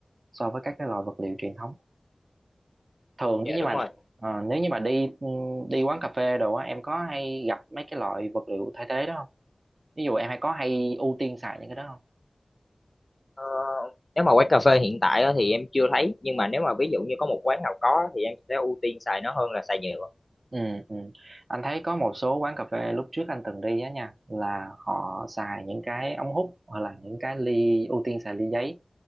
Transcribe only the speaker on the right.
so với các cái loại vật liệu truyền thống thường
nếu như
mà
ờ, nếu như mà đi ừ, đi quán cà phê đồ á em có hay gặp mấy cái loại vật liệu thay thế đó không ví dụ em hay có hay ưu tiên xài những cái đó không
ừ, ừ. anh thấy có một số quán cà phê lúc trước anh từng đi á nha là họ xài những cái ống hút hoặc là những cái ly ưu tiên xài ly giấy